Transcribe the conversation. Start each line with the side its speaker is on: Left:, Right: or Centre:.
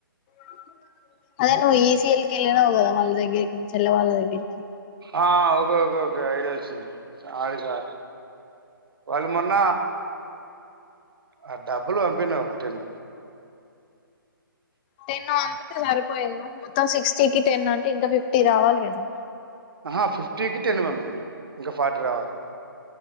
Left: <inaudible> అదే నువ్వు ఈ సి ఎల్ కెళ్ళినవ్ కదా వాళ్ళ దగ్గరికి మీ చెల్లె వాళ్ళ దగ్గరికి
Right: ఆ ఒకే ఒకే ఒకే ఐడియా వచ్చింది ఆడి కా వాళ్ళు మొన్న ఆ డబ్బులు పంపిండు ఒక టెన్
Left: టెన్ పంపితే సరిపోయిందా మొత్తం సిక్స్టీకి టెన్ అంటే ఇంకా ఫిఫ్టీ రావాలి కదా
Right: ఆహా ఫిఫ్టీకిి టెన్ పంపిండు ఇంకా ఫార్టీ రావాలే